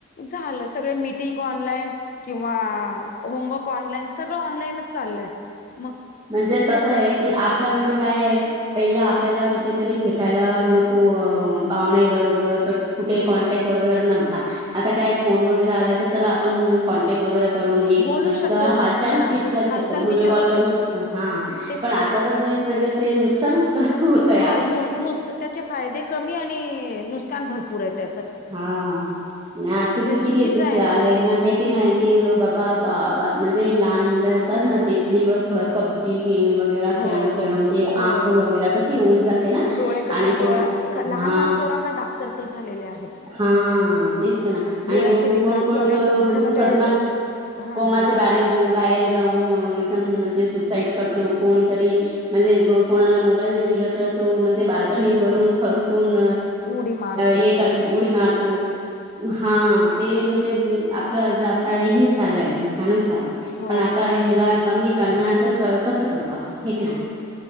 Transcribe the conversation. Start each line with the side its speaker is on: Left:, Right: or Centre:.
Left: झालं सगळ मिीटिंग ऑनलाईन किंवा होमवर्क ऑनलाइन सगळं ऑनलाईनच. चाललाय मग
Right: म्हणजे
Left: उपयोग
Right: तसं
Left: काय
Right: आहे
Left: त्या गोष्टीचा?
Right: की आपलं म्हणजे काय आहे पहिलं आपल्याला कुठेतरी फेटायला नको पाहुणे बरोबर कठ कुठे कॉन्टॅक्ट वगैरे नव्हता आता काय फोन वगैरे आलाय तर चला आपण कॉनॅ. क वगैरे करून एक
Left: बोलू
Right: दुसऱ्यांचा
Left: शकतो
Right: हार
Left: हा
Right: बिचारू
Left: हालचाल
Right: शत व्हिडिओ
Left: विचारू
Right: कॉल करू शकतो हा
Left: ते
Right: पण
Left: फायदे
Right: आता तर ते सगळ ते नुकसानच होत आहे.
Left: हो नु नुस्त त्याचे फायदे कमी आणि नुकन भरपूर आहे त्या.
Right: हा नाही आजकाल किती
Left: चुकीचं
Right: केसेस
Left: आहे
Right: आले ना हे. नाही कि बाबा बा बा म्हणजे लहान मुलं असतात ना ते दिवसभर पबजी गेम व वगै
Left: हो
Right: खेळून
Left: हो
Right: खेळून
Left: हो
Right: ते
Left: हो
Right: आंख वगैरे
Left: हो.
Right: कशी होऊन जाते ना
Left: डोळे कसे
Right: आणि तो.
Left: डोळा लहान
Right: हा
Left: लहान पोरांना डाक सर्कल झालेले आहेत.
Right: हा तेच तर ना आणि
Left: डोळ्याचे
Right: को
Left: विकार
Right: कोण कोणत
Left: चालू आहेत मोठे
Right: म्हणजे
Left: मोठे
Right: सदमात.
Left: हा
Right: कोमाच्या
Left: हा बोला.
Right: बार बाहेर जाऊन एकदम म्हणजे सुसाइड करतो कोणीतरी. म्हणजे कोणाला मोबाईल नाही दिला तर तो म्हणजे बालकनीवरून फचकून.
Left: उडी मारतो
Right: ये
Left: तो
Right: करता उडी मारतो. हा ते म्हणजे आपलं आता हेच चालंय नुकसानच चालंय, सानसा.
Left: हो
Right: पण आता
Left: नुसकानच
Right: ह्याला
Left: आहे.
Right: कमी करणार तर कसं करू आपण हे क ना.